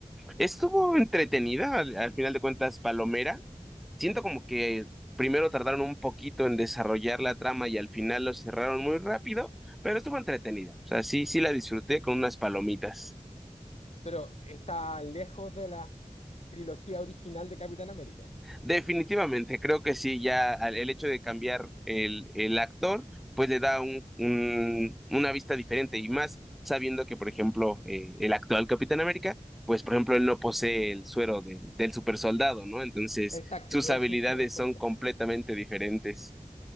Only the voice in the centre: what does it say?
Estuvo entretenida, al al final de cuentas, Palomera siento como que primero tardaron un poquito en desarrollar la trama y al final lo cerraron muy rápido, pero estuvo entretenida. O sea, sí, sí la disfruté con unas palomitas.
Definitivamente, creo que sí, ya al- el hecho de cambiar el, el actor, pues le da un, un- una vista diferente y más sabiendo que, por ejemplo, eh, el actual Capitán América, pues, por ejemplo, él no posee el suero del, del super soldado, ¿no? Entonces,
sus
habilidades
son
completamente diferentes.